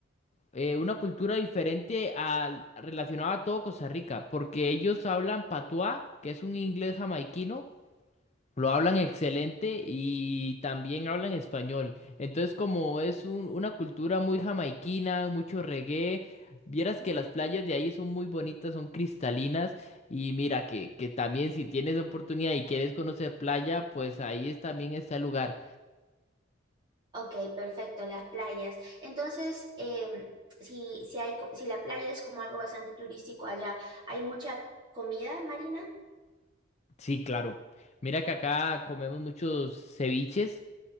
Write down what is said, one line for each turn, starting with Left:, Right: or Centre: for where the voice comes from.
Left: eh, una cultura diferente al relacionada a todo Costa Rica, porque ellos hablan patuá, que es un inglés jamaiquino, lo hablan excelente y también hablan español. Entonces, como es un- una cultura muy jamaiquina, mucho reggae, vieras
Right: Mm.
Left: que las playas de ahí son muy bonitas, son cristalinas y mira que, que también si tienes oportunidad y quieres conocer playa, pues ahí es, también está el lugar.
Right: Ok, perfecto, las playas. Entonces, em, si, si hay, co- si la playa es como algo bastante turístico allá, ¿hay mucha comida marina?
Left: Sí, claro. Mira que acá comemos muchos ceviches.